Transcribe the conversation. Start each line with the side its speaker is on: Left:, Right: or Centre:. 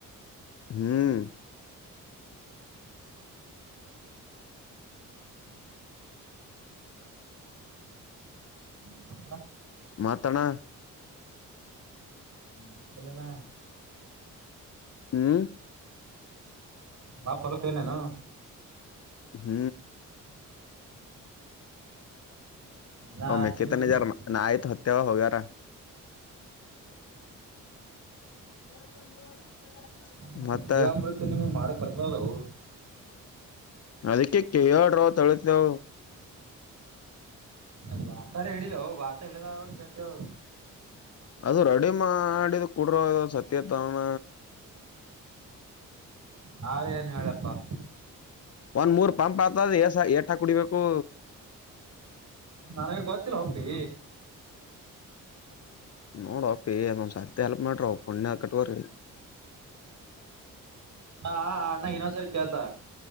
Left: ಹ್ಮ್
Right: ಹ್ಮ್ ಅಪ್ಪಾ
Left: ಮತ್ತಣ್ಣ
Right: ಮತ್ತ ಯಲ್ಲನ
Left: ಹ್ಮ್
Right: ಪಾಪ ಹೊಲಕ್ಕ ಹೋಗಿಲ್ಲನ ಅವ
Left: ಹ್ಮ್
Right: ನಾ
Left: ಅವ ಮೆಕ್ಕೆ
Right: ನಿಮ್
Left: ತಂದಿದ್ದಾರಾ
Right: ಜಿ
Left: ನಾ ಆಯ್ತು ಹತ್ತತ್ಯವ ಹೋಗ್ಯಾರ <unintelligible>
Right: <inaudible>
Left: ಮತ್ತ
Right: ಜೀವಾಮೃತ ನಿಮಗ್ ಮಾಡಕ್ ಬರ್ತದವು
Left: ಅದಕ್ಕೆ ಕೆ ಹೇಳ್ರೋ ಅಂತಲಿದ್ದೆನೋ
Right: ಗ್ವಾತ ಹಿಡೀಲ ಗ್ವಾತ ಹಿಡಿದಾದ ಮೇಲೆ ಕೇಳ್ತೆವ್
Left: ಅದು ರೆಡಿ ಮಾಡಿದ ಕುಡ್ರ ಸತ್ಯ ತನ
Right: ನಾರೇಏನ್ ಹೇಳಪ್ಪಾ
Left: ಒನ್ ಮೂರ್ ಪಂಪ್ ಆತದ ಏಸ ಏಟ ಕುಡಿಬೇಕು.
Right: ನನಗ ಗೊತ್ತಿಲ್ಲ ಒಪ್ಪಿ
Left: <inaudible> ನೋಡ ಅಪ್ಪಿ ಅದೊಂದ್ಸರ್ತಿ ಹೆಲ್ಪ್ ಮಾಡ್ರಿ ಪುಣ್ಯ ಕಟಗೋರಿ
Right: ಹಾ ಹಾ ಅಣ್ಣಂಗ್ ಇನ್ನೊಂದ್ಸರಿ ಕೇಳ್ತಾ